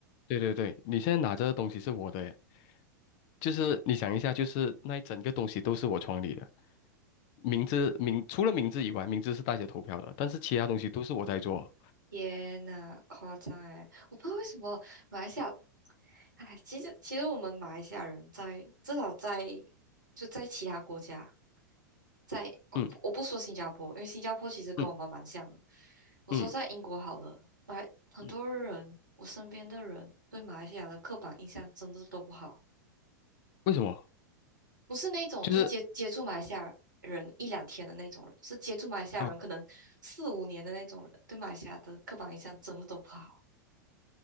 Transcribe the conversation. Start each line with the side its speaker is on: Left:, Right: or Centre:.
Left: 对对对，你现在拿着的东西是我的诶就是你想一下，就是那一整个东西都是我创立的，名字名除了名字以外，名字是大家投票的，但是其他东西都是我在做。
Right: 天呐，夸张哎！我不知道为什么马来西亚，哎，其实其实我们马来西亚人在至少在就在其他国家，在我不我不说新加坡，
Left: 嗯
Right: 因为新加坡其实跟我们蛮像的。
Left: 嗯
Right: 我说在英国好了，
Left: 嗯
Right: 马很多人我身边的人对马来西亚的刻板印象真的都不好，
Left: 嗯，为什么？
Right: 不是那种就接接触马来西亚人一两天的那种人，
Left: 就是
Right: 是接触马来西亚人可能四五年的那种人，
Left: 啊，
Right: 对马来西亚的刻板印象真的都不好。